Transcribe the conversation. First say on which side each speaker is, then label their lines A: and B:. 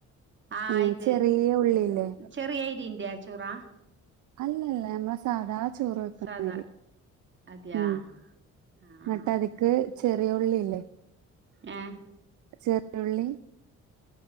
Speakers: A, on the right; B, on the right.
A: ആഹ്
B: ഏഹ്
A: ഇത്
B: ചെറിയ ഉള്ളിയില്ലേ
A: ചെറിയരിന്റെ ചോറാ
B: അല്ലല്ല നമ്മളെ സാധാ ചോറ് വെക്ക്ന്നാരി
A: സാദാ അതെയാ
B: മ്
A: ആഹ്
B: ങ്ങട്ട്
A: ആഹ്
B: അതിക്ക് ചെറിയ ഉള്ളില്ലേ
A: ഏഹ്
B: ചെറിള്ളി